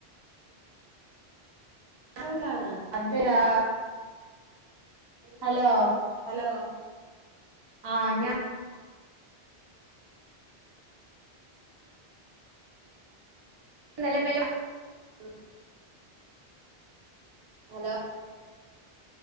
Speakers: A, on the right; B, on the right.
A: ഞാൻ വീട്ടിലാണ്
B: അതേയാ ഹലോ
A: ഹലോ
B: ആഹ് ഞാൻ നെലേം മെലും
A: ആ <unintelligible> ഹലോ